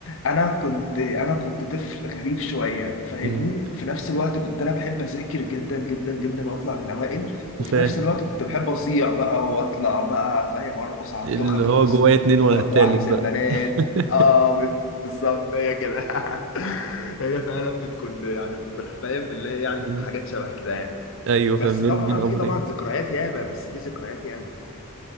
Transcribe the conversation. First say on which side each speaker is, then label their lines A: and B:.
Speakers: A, on the left; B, on the right.
A: انا كنت انا كنت طفل غريب شويه فاهمني
B: مم.
A: في نفس الوقت كنت انا بحب اذاكر جدا جدا جدا واطلع من الاوائل وفي
B: <laughs> فاهم
A: نفس الوقت كنت بحب اصيع بقى واطلع بقى فاهم ارقص على
B: اللي
A: التخت
B: هو
A: واكسر
B: جوايا اتنين
A: التخت
B: ولا التالت
A: واعكس
B: بقى
A: البنات
B: <laughs>
A: اه بالظبط هي كده <laughs> هي فعلا بتكون يعني بتكون فاهم اللي هي يعني
B: مم.
A: حاجات شبه كده يعني
B: ايوه
A: بس
B: فاهم بين
A: طبعا
B: بين
A: في
B: امرين
A: طبعا ذكريات ياما بس في ذكريات ياما